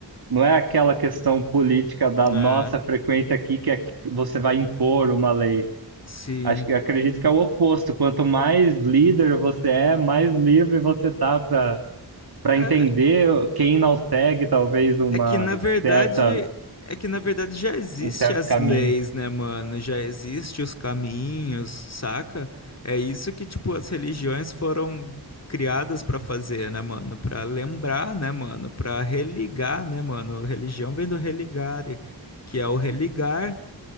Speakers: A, on the right; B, on the left.
A: Não é aquela questão política da
B: é,
A: nossa frequência aqui que é que você vai impor uma lei.
B: sim.
A: Acho que acredito que é o oposto. Quanto mais líder você é, mais livre você tá para para
B: É,
A: entender quem não segue talvez uma
B: É que na verdade,
A: certa
B: é que na verdade já existe
A: um certo
B: as
A: caminho.
B: leis, né, mano? Já existe os caminhos, saca? É isso que tipo as religiões foram criadas pra fazer, né, mano? Pra lembrar, né, mano? Pra religar, né, mano? Religião vem do religare, que é o religar,